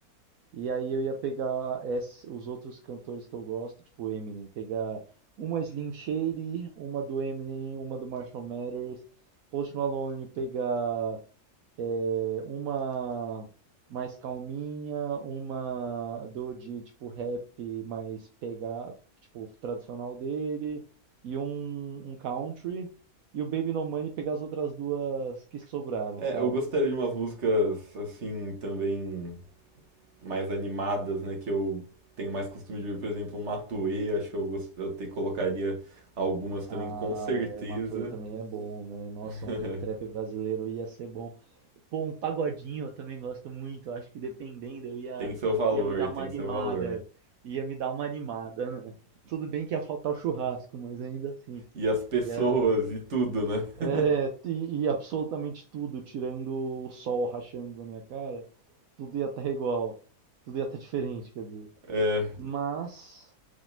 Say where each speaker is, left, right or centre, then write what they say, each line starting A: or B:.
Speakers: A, on the right; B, on the right.
A: E aí eu ia pegar ess- os outros cantores que eu gosto, tipo Eminem, pegar uma Slim Shady, uma do Eminem, uma do Marshall Mathers, Post Malone, pegar é, uma mais calminha, uma do de tipo rap mais pegar, tipo tradicional dele, e um, um country, e o Baby No Money pegar as outras duas que sobraram,
B: É,
A: sabe?
B: eu gostaria de umas músicas assim também mais animadas, né, que eu tenho mais costume de ver, por exemplo, um Matue, acho que eu, gost... eu te colocaria algumas também
A: Ah,
B: com certeza.
A: é, Matuê também é bom, né? Nossa,
B: <laughs>
A: um trap brasileiro ia ser bom. Pô, um pagodinho eu também gosto muito. Acho que dependendo, eu ia,
B: Tem seu valor,
A: ia me dar uma
B: tem
A: animada.
B: seu valor.
A: Ia me dar uma animada, né? Tudo bem que ia faltar o churrasco, mas ainda assim.
B: E as pessoas
A: Ia,
B: e tudo, né? <laughs>
A: é, e, e absolutamente tudo, tirando o sol rachando na minha cara, tudo ia estar igual. Tudo ia estar diferente, quer dizer.
B: É,
A: Mas.